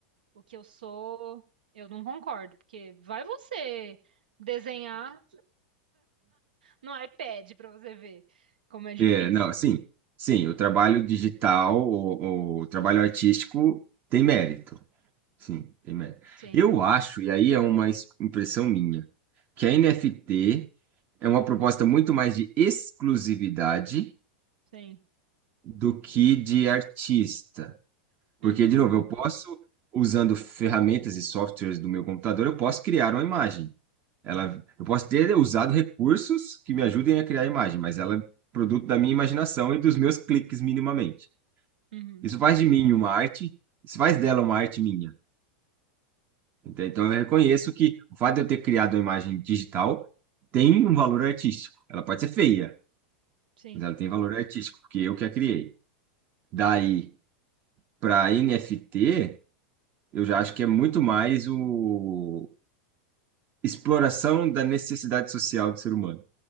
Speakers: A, on the right; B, on the right.
A: O que eu sou, eu não concordo, porque vai você desenhar no iPad pra você ver como é difícil.
B: É, não, sim, sim, o trabalho digital, o, o trabalho artístico tem mérito, sim, tem mérito.
A: Sim,
B: Eu acho, e aí é uma es- impressão minha, que a NFT É uma proposta muito mais de exclusividade
A: sim.
B: do que de artista. Porque,
A: Uhum,
B: de novo, eu posso, usando ferramentas e softwares do meu computador, eu posso criar uma imagem. Ela, eu posso ter usado recursos que me ajudem a criar a imagem, mas ela é produto da minha imaginação e dos meus cliques minimamente.
A: uhum,
B: Isso faz de mim uma arte, isso faz dela uma arte minha. Entende? Então, eu reconheço que o fato de eu ter criado uma imagem digital tem um valor artístico. Ela pode ser feia,
A: sim.
B: mas ela tem valor artístico, porque eu que a criei. Daí,
A: É,
B: para NFT, eu já acho que é muito mais o exploração da necessidade social do ser humano,